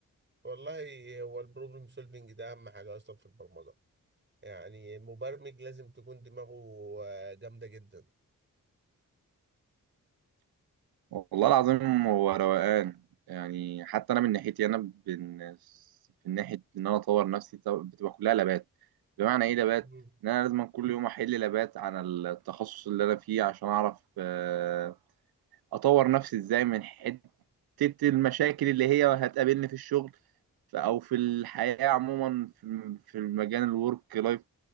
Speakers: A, on the right; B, on the right.
A: والله هو البروبلم سولفنج ده اهم حاجه اصلا في البرمجه يعني المبرمج لازم تكون دماغه آه، جامده جدا
B: والله العظيم هو روقان يعني حتى انا من ناحيتي انا بن... من ناحيه ان انا اطور نفسي طب- بتبقى كلها لابات بمعنى ايه لابات
A: مم.
B: ان انا لازم كل يوم احل لابات عن التخصص اللي انا فيه عشان اعرف آه، اطور نفسي ازاي من حته المشاكل اللي هي هتقابلني في الشغل ف- او في الحياه عموما في في المجال الورك لايف